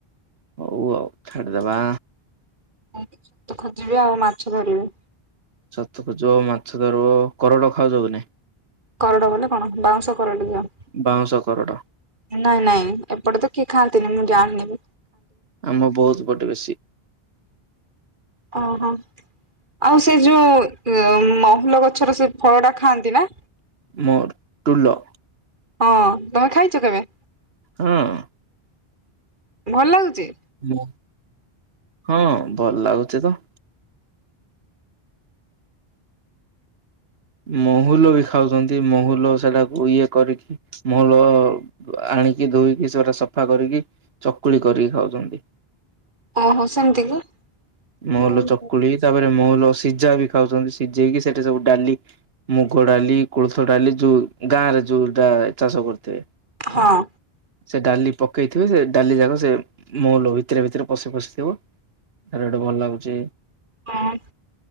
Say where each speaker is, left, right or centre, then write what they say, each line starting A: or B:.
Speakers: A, on the right (about 75°); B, on the right (about 50°).
A: ହଉ ଆଉ ଛାଡ଼ିଦବା।
B: ସେଇଠି ଛତୁ ଖୋଜିବି ଆଉ ମାଛ ଧରିବି।
A: ଛତୁ ଖୋଜିବ ମାଛ ଧରିବ, କରଡ ଖାଉଛ କି ନାଇ?
B: କରଡ ବୋଲେ କଣ ବାଉଁଶ କରଡ ଯୋଉ।
A: ବାଉଁଶ କରଡ
B: ନାଇଁ ନାଇଁ ଏପଟେ ତ କିଏ ଖାଆନ୍ତିନି ମୁଁ ଜାଣିନି। ବି
A: ଆମ ବୌଦ ପଟେ ବେଶୀ।
B: ଓ ହୋ ଆଉ ସେ ଯୋଉ ଉଁ ମହୁଲ ଗଛର ସେ ଫଳଟା ଖାଆନ୍ତି ନା?
A: ମୋର ଟୁଲ।
B: ହଁ ତମେ ଖାଇଚ କେବେ?
A: ହଁ।
B: ଭଲ ଲାଗୁଚି?
A: ହୁଁ ହଁ ଭଲ ଲାଗୁଚି ତ। ମହୁଲ ବି ଖାଉଚନ୍ତି ମହୁଲ ସେଟାକୁ ଇଏ କରିକି ମହୁଲ-ଅ ଆ ଆଣିକି ଧୋଇକି ସେଉରା ସଫା କରିକି ଚକୁଳି କରିକି ଖାଉଚନ୍ତି।
B: ଓହୋ ସେମିତି କି।
A: ମହୁଲ
B: ହୁଁ
A: ଚକୁଳି ତାପରେ ମହୁଲ ସିଝା ବି ଖାଉଛନ୍ତି ସିଝେଇକି ସେଠି ସବୁ ଡାଲି, ମୁଗ ଡାଲି, କୋଳଥ ଡାଲି, ଯୋଉ ଗାଁରେ ଯଉ ଟା ଚାଷ କରୁଥିବେ
B: ହଁ
A: ସେ ଡାଲି ପକେଇଥିବ ସେ ଡାଲି ଯାକ ସେ ମହୁଲ ଭିତରେ ଭିତରେ ପଶି ପଶିଥିବ। ରେଡ ଭଲ ଲାଗୁଛି।
B: ହଁ